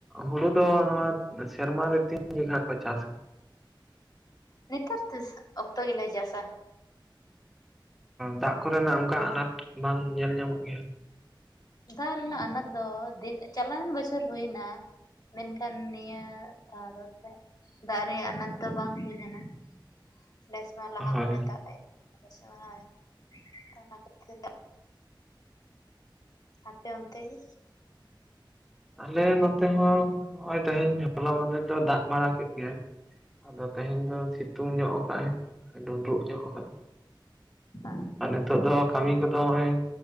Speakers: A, in the centre; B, on the left.
A: ᱦᱩᱲᱩ ᱫᱚ ᱱᱚᱣᱟ ᱥᱮᱨᱢᱟ ᱨᱮ ᱛᱤᱱ ᱡᱚᱠᱷᱟᱡ ᱠᱚ ᱪᱟᱥ ᱜᱮ
B: ᱱᱮᱛᱟᱨ ᱫᱚ ᱚᱠᱛᱚ ᱜᱮᱞᱮ ᱪᱟᱥᱟ᱾
A: ᱫᱟᱜ ᱠᱚᱨᱮᱱᱟᱜ ᱚᱱᱠᱟ
B: ᱦᱮᱸ
A: ᱟᱱᱟᱴ ᱵᱟᱝ ᱧᱮᱞ ᱧᱟᱢᱚᱜ ᱜᱮᱭᱟ?
B: ᱫᱟᱜ ᱨᱮᱱᱟᱜ ᱟᱱᱟᱴ ᱫᱚ ᱫᱤᱱ ᱪᱟᱞᱣᱮᱱ ᱵᱚᱪᱷᱚᱨ ᱦᱩᱭ ᱮᱱᱟ᱾ ᱢᱮᱱᱠᱷᱟᱱ ᱱᱤᱭᱟᱹ ᱫᱷᱟ ᱫᱚ ᱛᱮ ᱫᱟᱜ ᱨᱮᱭᱟᱜ ᱟᱱᱟᱴ ᱫᱚ ᱵᱟᱝ ᱦᱩᱭ ᱟᱠᱟᱱᱟ ᱾ ᱱᱮᱥᱢᱟ ᱞᱟᱦᱟ
A: ᱦᱳᱭ
B: ᱠᱷᱚᱱᱮ ᱫᱟᱜ ᱮ <unintelligible> ᱟ ᱥᱮ ᱵᱟᱝ ᱦᱳᱭ ᱚᱱᱟ ᱠᱷᱟᱹᱛᱤᱨ ᱟᱯᱮ ᱚᱱᱛᱮ ᱜᱮ?
A: ᱟᱞᱮ ᱱᱚᱛᱮ ᱦᱚᱸ ᱱᱚᱜᱼᱚᱭ ᱛᱮᱦᱮᱧ ᱦᱚᱞᱟ ᱢᱟᱫᱷᱮᱨ ᱫᱚᱭ ᱫᱟᱜ ᱵᱟᱲᱟ ᱠᱮᱫ ᱜᱮᱭᱟᱭ᱾ ᱟᱫᱚ ᱛᱮᱦᱮᱧ ᱫᱚ ᱥᱤᱛᱩᱝ ᱧᱚᱜ ᱠᱟᱜᱼ ᱟᱭ ᱰᱩᱸᱰᱨᱩᱜ ᱧᱚᱜ ᱠᱟᱜ ᱟᱭ᱾
B: ᱦᱮᱸ
A: ᱟᱨ ᱱᱤᱛᱚᱜ ᱫᱚ ᱠᱟᱹᱢᱤ ᱠᱚᱫᱚ ᱱᱚᱜᱼᱚᱭ